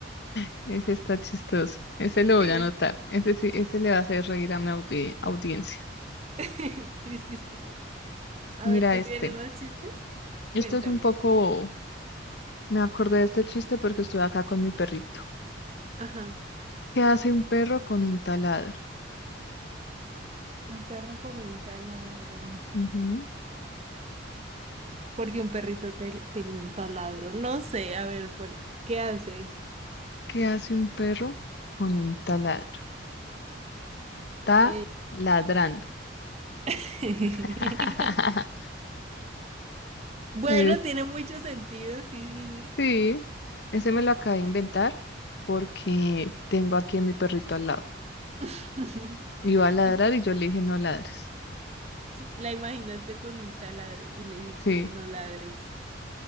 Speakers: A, on the left; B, on the right.
A: <laughs> ese está chistoso. Ese lo voy
B: Sí,
A: a
B: es.
A: anotar. Ese sí, ese le va a hacer reír a mi audi- audiencia.
B: <laughs> Sí, sí, sí. A
A: Mira
B: ver, ¿tú
A: este.
B: tienes más chistes?
A: Esto
B: Cuéntame.
A: es un poco Me acordé de este chiste porque estuve acá con mi perrito.
B: Ajá.
A: ¿Qué hace un perro con un taladro?
B: Un perro con un taladro.
A: Ujú.
B: Porque un perrito te- tenía un taladro. No sé, a ver, ¿por qué hace?
A: ¿Qué hace un perro con un taladro? Está
B: Eh,
A: ladrando.
B: <laughs>
A: <laughs>
B: Bueno,
A: Es
B: tiene mucho sentido, sí, sí,
A: Sí, ese me lo acabé de inventar porque tengo aquí a mi perrito al lado.
B: sí. <laughs>
A: Iba a ladrar
B: Y
A: y yo le dije no ladres.
B: la imaginaste con un taladro y le dijiste,
A: Sí,
B: no ladres.